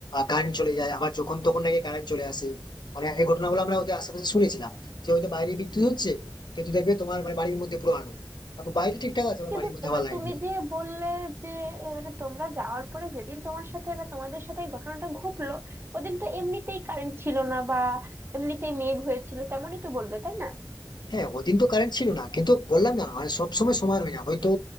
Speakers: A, on the left; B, on the right.
A: কারেন্ট চলে যায় আবার যখন তখন নাকি কারেন্ট চলে আসে মানে এই ঘটনাগুলো আমরা ওদের আশেপাশে শুনেছিলাম যে হয়তো বাইরে বিদ্যুৎ হচ্ছে কিন্তু দেখবে তোমার মানে বাড়ির মধ্যে পুরো আলো তারপর বাইরে ঠিকঠাক আছে আবার
B: কিন্তু
A: বাড়ির মধ্যে
B: আহ,
A: আবার লাইট
B: তুমি যে বললে যে আহ, মানে তোমরা যাওয়ার পরে যেদিন তোমার সাথে বা তোমাদের সাথে এই ঘটনাটা ঘটলো ওদিন তো এমনিতেই কারেন্ট ছিল না বা এমনিতেই মেঘ হয়েছিল তেমনই তো বলবে তাই না
A: হ্যাঁ ওদিন তো কারেন্ট ছিল না কিন্তু বললাম না মানে সব সময় সময় হয় না হয়তো